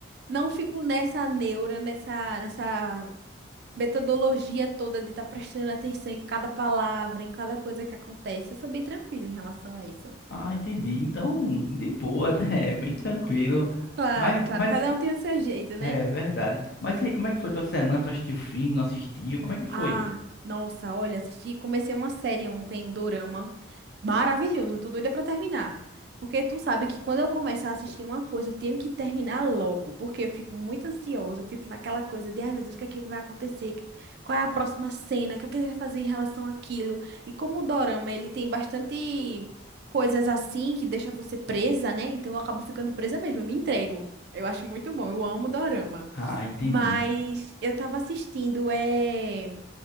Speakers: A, on the right; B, on the left.
A: não fico nessa neura, nessa nessa metodologia toda de estar prestando atenção em cada palavra, em cada coisa que acontece. Eu sou bem tranquila em relação a isso.
B: Ah, entendi. Então, de boa, né? <laughs> Bem tranquilo.
A: Claro,
B: Mas,
A: claro,
B: mas,
A: cada um tem o seu jeito, né?
B: é verdade. Mas e aí, como é que foi tua semana? Tu assistiu o filme, não assistiu? Como é que foi?
A: Ah, nossa, olha, assisti, comecei uma série ontem, o Dorama. Maravilhoso, eu tô doida pra terminar. Porque tu sabe que quando eu começar a assistir uma coisa, eu tenho que terminar logo, porque eu fico muito ansiosa, eu fico naquela coisa de, ai meu Deus, o que é que vai acontecer? Qual é a próxima cena? O que é que ele vai fazer em relação àquilo? E como o dorama, ele tem bastante coisas assim que deixa você presa, né? Então eu acabo ficando presa mesmo, eu me entrego. Eu acho muito bom, eu amo dorama.
B: Ah, entendi.
A: Mas eu tava assistindo, é...